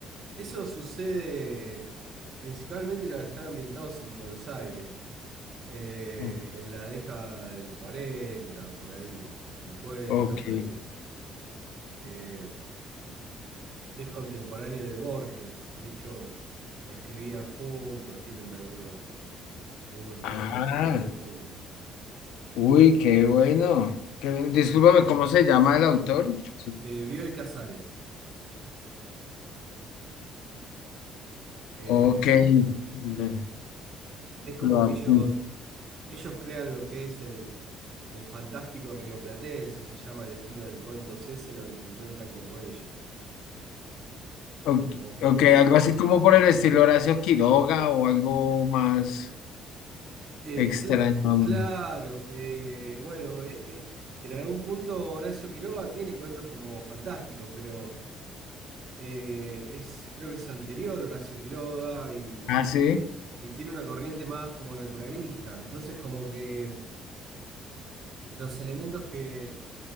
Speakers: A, on the right; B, on the left.
A: eso sucede principalmente los que están ambientados en Buenos Aires, eh,
B: O-
A: en la década del 40 por ahí, cincuenta
B: Ok.
A: por ahí. Eh, es contemporáneo de Borges. De hecho, escribían juntos, tienen algunos, algunos
B: Ah,
A: textos que escriben juntos.
B: uy, qué bueno. Qué bien. Discúlpame, ¿cómo se llama el autor? Sí.
A: Eh, Bioy Casares. eh,
B: Ok, le-
A: es como
B: lo
A: que
B: apunto.
A: ellos, ellos crean lo que es el, el fantástico rioplatense, se llama el estilo de cuentos ese, lo inventan como ellos,
B: Ok,
A: junto con Borges.
B: ok, algo así como por el estilo Horacio Quiroga o algo más
A: Eh,
B: extraño.
A: cla- claro, eh, bueno, eh, eh, en algún punto Horacio Quiroga tiene cuentos como fantásticos, pero eh, es, creo que es anterior Horacio Quiroga y,
B: Ah, sí.
A: y tiene una corriente más como naturalista. Entonces, como que los elementos que